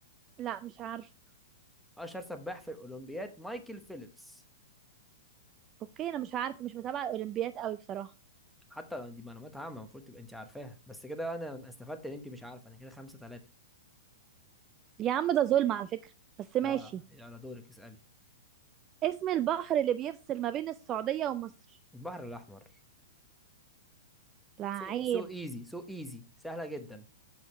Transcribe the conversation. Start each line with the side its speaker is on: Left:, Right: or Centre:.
Right: لا مش عارفة
Centre: أشهر سباح في الأولمبياد مايكل فيليبس
Right: اوكي انا مش عارفة مش متابعة الاولمبياد قوي بصراحة
Centre: حتى لو دي معلومات عامة المفروض تبقى أنت عارفاها بس كده أنا استفدت إن أنت مش عارفة أنا كده خمسة تلاتة
Right: يا عم ده ظلم على فكرة بس ماشي
Centre: لا يلا دورك اسألي
Right: اسم البحر اللي بيفصل ما بين السعودية ومصر
Centre: البحر الأحمر
Right: لعيب
Centre: سو سو إيزي سو إيزي سهلة جدا